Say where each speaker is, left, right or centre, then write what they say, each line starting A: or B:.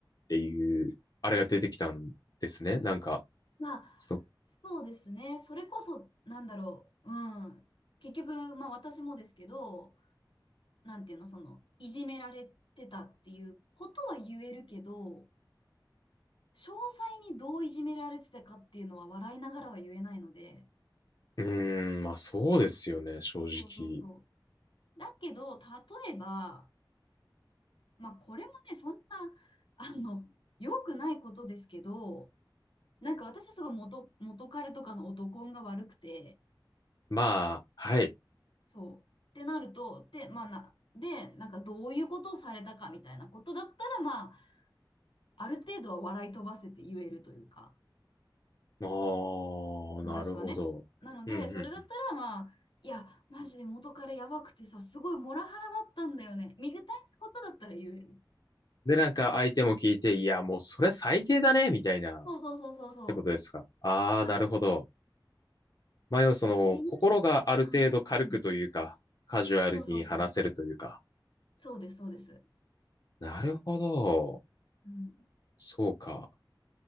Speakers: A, on the left (about 55°); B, on the left (about 80°).
A: ていう、あれが出てきたんですね。なんか、
B: まあ、
A: その
B: そうですね。それこそ、なんだろう、うん。結局、まあ私もですけど、なんていうの、その、いじめられてたっていうことは言えるけど、詳細にどういじめられてたかっていうのは笑いながらは言えないので、
A: うーん、まあそうですよね、正直。
B: そうそうそう。だけど、例えば、まあこれもね、そんな、あの、良くないことですけど、なんか私はすごい元、元彼とかの男運が悪くて、
A: まあ、はい。
B: そう。ってなると、で、まあな、で、なんかどういうことをされたかみたいなことだったら、まあ、ある程度は笑い飛ばせて言えるというか。
A: ああ、
B: 私はね。
A: なるほど。
B: なので、
A: うんうん。
B: それだったらまあ、いや、マジで元彼やばくてさ、すごいモラハラだったんだよね。見具体ことだったら言える。
A: で、なんか相手も聞いて、いや、もうそれ最低だね、みたいな、っ
B: そうそうそうそうそ
A: てことですか。ああ、
B: う。はい。
A: なるほど。
B: っ
A: まあ、要はその、
B: ていう、
A: 心がある程度軽くというか、
B: はい。うん。
A: カジュアルに話せるというか。
B: そうそうそう。そうです、そうです。
A: なるほど。
B: うん。
A: そうか。